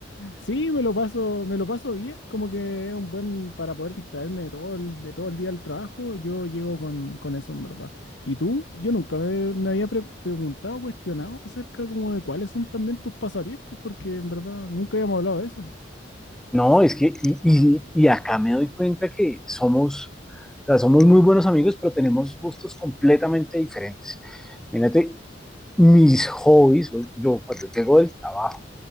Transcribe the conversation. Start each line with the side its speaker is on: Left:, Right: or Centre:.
Left: Sí, me lo paso, me lo paso bien, como que es un buen para poder distraerme de todo el, de todo el día del trabajo, yo llego con, con eso en verdad. ¿Y tú? Yo nunca me, me había pre- preguntado, cuestionado acerca como de cuáles son también tus pasatiempos, porque en verdad nunca habíamos hablado de eso.
Centre: No, es que, y, y- y acá me doy cuenta que somos, o sea, somos muy buenos amigos, pero tenemos gustos completamente diferentes. Mírate, mis hobbies, o- yo cuando llego del trabajo,